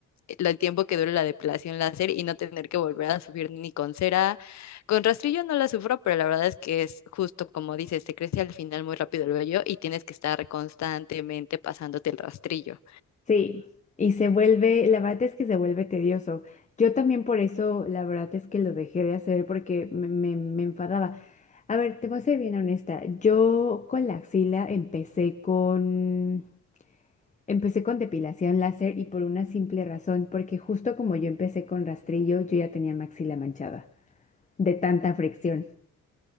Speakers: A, on the left; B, on the left.
A: el tiempo que dure la depilación láser y no tener que volver a sufrir ni con cera. Con rastrillo no la sufro, pero la verdad es que es justo como dices, te crece al final muy rápido el vello y tienes que estar constantemente pasándote el rastrillo.
B: Sí, y se vuelve, la verdad es que se vuelve tedioso. Yo también por eso, la verdad es que lo dejé de hacer porque me, me- me enfadaba. A ver, te voy a ser bien honesta. Yo con la axila empecé con, empecé con depilación láser y por una simple razón, porque justo como yo empecé con rastrillo, yo ya tenía mi axila manchada de tanta fricción.